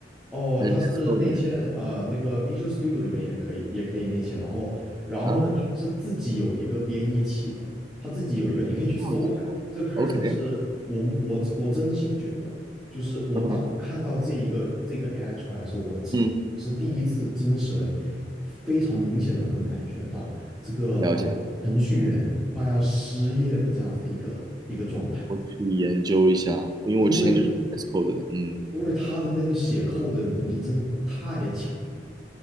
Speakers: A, in the centre; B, on the right.
A: 哦，
B: 还是
A: 它是内嵌，
B: v s c o d 的？还是
A: 呃，那个 Visual Studio 里面也可以，也可以内嵌。然后，然后呢，
B: 啊，
A: 它是自己有一个编译器的，它自己有一个，你可以去搜一下。
B: 这样子
A: 这个 Cursor
B: ，OK，
A: 是我目我我真心觉得，就是我当看到这一个这个
B: 嗯哼，
A: AI 出来的时候，我只是第一次真实的、
B: 嗯，
A: 非常明显的能感觉到这个啊、
B: 了解，
A: 程序员快要失业的这样子的一个一个状态，
B: 我去研究一下，因为我之前就是
A: 因为
B: v s c o d e 的，嗯
A: 因为他的那个写扣的能力真的太强了。